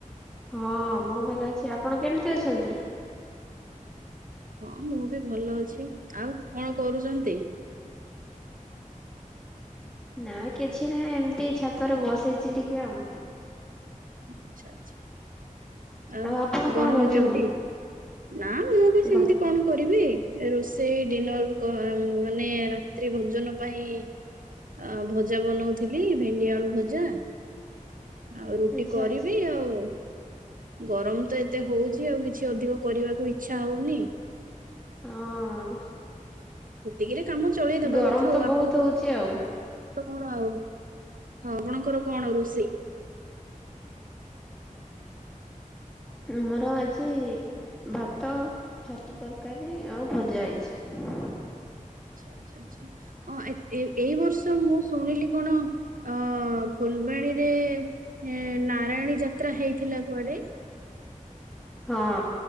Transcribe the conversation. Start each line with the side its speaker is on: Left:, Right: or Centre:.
Centre: ହଁ ମୁଁ ଭଲ ଅଛି। ଆପଣ କେମିତି ଅଛନ୍ତି?
Right: ହଁ ମୁଁ ବି ଭଲ ଅଛି। ଆଉ କଣ କରୁଛନ୍ତି?
Centre: ନା କିଛି ନାହିଁ ଏମତି ଛାତରେ ବସିଛି ଟିକେ ଆଉ।
Right: ଆଛା ଆଛା। ଆଉ
Centre: ଆପଣ କଣ
Right: ଗରମ
Centre: କରୁଛନ୍ତି?
Right: କେମିତି? ନା ମୁଁ ବି ସେମିତି
Centre: ଗ
Right: କଣ କରିବି ରୋଷେଇ ଡିନର କ ମାନେ ରାତ୍ରିରେ ଭୋଜନ ପାଇଁ ଅ ଭଜା ବନଉଥିଲି, ଭେଣ୍ଡି ଆଳୁ ଭଜା ଆଉ
Centre: ଆଚ୍ଛା
Right: ରୁଟି କରିବି
Centre: ଆଚ୍ଛା
Right: ଆଉ ଗରମ ତ ଏତେ ହଉଛି ଆଉ କିଛି ଅଧିକ କରିବାକୁ ଇଚ୍ଛା ହଉନି।
Centre: ହଁ।
Right: ସେତିକିରେ କାମ ଚଳେଇ ଦବା
Centre: ଗରମ
Right: କଥା ଆଉ।
Centre: ତ ବହୁତ
Right: ଆପଣଙ୍କ
Centre: ହଉଛି
Right: <unintelligible>
Centre: ଆଉ
Right: ଆଉ। ହଁ ଆପଣଙ୍କର କଣ ରୋଷେଇ?
Centre: ଆମର ଆଜି ଭାତ, ଛତୁ ତରକାରୀ ଆଉ ଭଜା ହେଇଛି।
Right: ଆଚ୍ଛା ଆଚ୍ଛା ଆଚ୍ଛା ହଁ ଏ ଏଇ ବର୍ଷ ମୁଁ ଶୁଣିଲି କଣ ଅ ଫୁଲବାଣୀରେ ଏ ନାରାୟଣୀ ଯାତ୍ରା ହେଇଥିଲା କୁଆଡେ।
Centre: ହଁ।